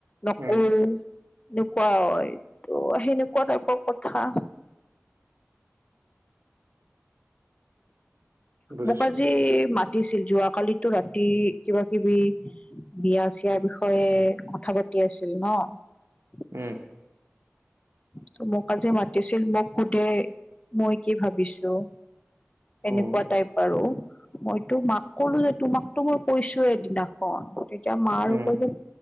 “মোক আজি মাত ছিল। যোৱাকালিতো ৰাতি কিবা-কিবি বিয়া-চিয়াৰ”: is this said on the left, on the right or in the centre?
Left